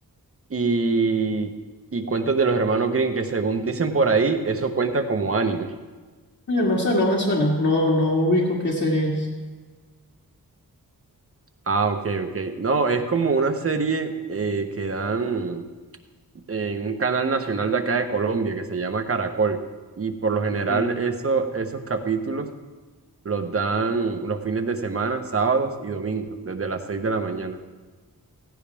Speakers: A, on the right (about 40°); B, on the left (about 50°).
A: y, y cuentos de los hermanos Green que según dicen por ahí, eso cuenta como anime.
B: Oye, no sé, no me suena, no, no ubico qué serie es.
A: Ah, ok, ok. No, es como una serie eh, que dan en un canal nacional de acá de Colombia que se llama Caracol y por lo general
B: Ok.
A: eso, esos capítulos los dan los fines de semana, sábados y domingos, desde las 6 de la mañana.